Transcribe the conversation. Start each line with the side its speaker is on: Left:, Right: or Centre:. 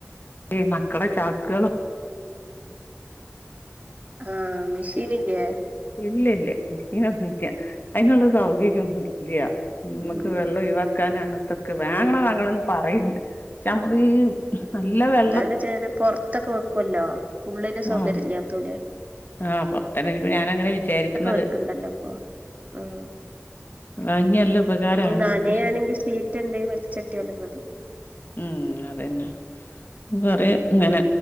Left: ഈ മക്കളെ ചാക്ക്കളും
Right: ആഹ് മിഷീനില്ലേ
Left: ഇല്ല ഇല്ല മഷീനൊന്നുംല്ലാ അയ്നുള്ള സൗകര്യോന്നുംല്ല
Right: ഉം
Left: മ്മക്ക് വെള്ളം ഒഴിവാക്കാനാണ് തൊക്കെ വാങ്ങള
Right: ഉം
Left: വാങ്ങള പറയ്ണ്ട് ചെ നമ്മള് ഈ <unintelligible> നല്ല വെ
Right: ന്നാലു ചെലര് പൊർത്തൊക്കെ വെക്കുല്ലോ ഉള്ളില് സൗകര്യല്ലാതോല്
Left: ആഹ് ആഹ് പൊർത്തന്നെ ഇൻപ്പൊ ഞാനങ്ങനെ വിചാരിക്കുന്നത്.
Right: വെക്ക്ണ്ടല്ലോ ഇപ്പൊ ഉം
Left: വാങ്ങിയ നല്ല ഉപകാരാണ്
Right: ഇനി നനയാണെങ്കി
Left: പക്ഷെ
Right: ഷീറ്റ് എന്തേലും വലിച്ചിട്ടിയാലും മതി
Left: ഉം അതന്നെ കൊറേ ങ്ങനെ